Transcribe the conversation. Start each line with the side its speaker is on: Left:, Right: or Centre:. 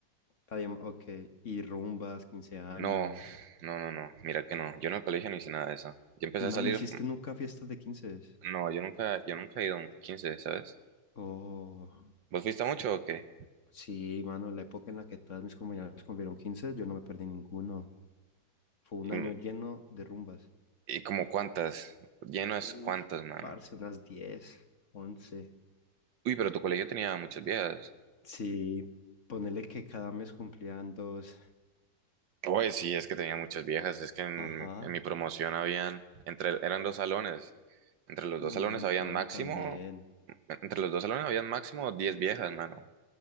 Left: había, ok, y rumbas, 15 años.
Right: No, no, no, no. Mira que no. Yo en el colegio no hice nada de eso. Yo empecé
Left: No,
Right: a salir.
Left: ¿no hiciste nunca fiestas de 15?
Right: No, yo nunca, yo nunca he ido a un 15, ¿sabes?
Left: Oh,
Right: ¿Vos fuiste mucho o qué?
Left: sí, mano, la época en la que todas mis compañeras cumplieron 15, yo no me perdí ninguno. Fue un
Right: Y,
Left: año lleno de rumbas.
Right: y como cuántas. Lleno es
Left: Uy,
Right: cuántas, mano.
Left: parce, unas 10, 11.
Right: Uy, pero tu colegio tenía muchas viejas.
Left: Sí, ponele que cada mes cumplían dos.
Right: Oye, sí, es que tenía muchas viejas. Es que en,
Left: Ajá.
Right: en mi promoción habían, entre, eran dos salones. Entre los
Left: Uy,
Right: dos salones
Left: un montón
Right: habían máximo,
Left: también.
Right: entre los dos salones habían máximo 10 viejas, mano.